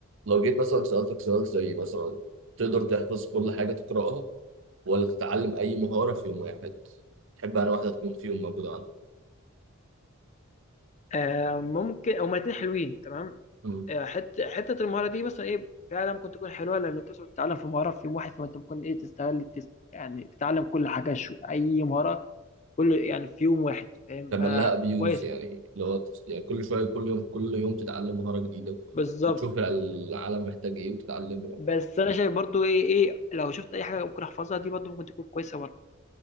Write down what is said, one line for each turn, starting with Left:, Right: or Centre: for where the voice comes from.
Right: لو جيت مثلا سألتك سؤال زي مثلا تقدر تحفظ كل حاجة تقرأها ولا تتعلم أي مهارة في يوم واحد تحب أنا واحدة تكون في يوم موجودة عندك
Left: آه ممكن هما الاتنين حلوين تمام
Right: مم.
Left: آه حت... حته المهاره دي مثلا ايه فعلا ممكن تكون حلوه لان انت مثلا بتتعلم في مهاره في يوم واحد فانت ممكن ايه تستغل تس... يعني تتعلم كل حاجه شو... اي مهاره كل يعني في يوم واحد فاهم
Right: تعمل
Left: فكويسه
Right: لها أبيوز يعني لو تس- يعني كل شوية كل يوم كل يوم تتعلم مهارة جديدة
Left: بالظبط
Right: وتشوف العالم محتاج إيه وتتعلمه يعني
Left: بس انا شايف برضو ايه ايه لو شفت اي حاجه ممكن احفظها دي برضو ممكن تكون كويسه برضو